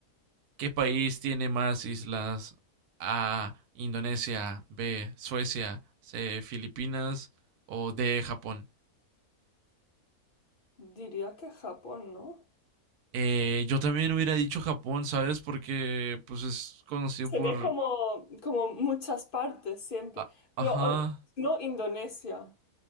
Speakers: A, on the right; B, on the left.
A: ¿Qué país tiene más islas? A, Indonesia, B, Suecia, C, Filipinas o D, Japón.
B: diría que Japón, ¿no?
A: Eh, yo también hubiera dicho Japón, ¿sabes? Porque pues es conocido
B: Se
A: por...
B: ve como, como muchas partes siempre,
A: a- Ajá.
B: pero o- no Indonesia.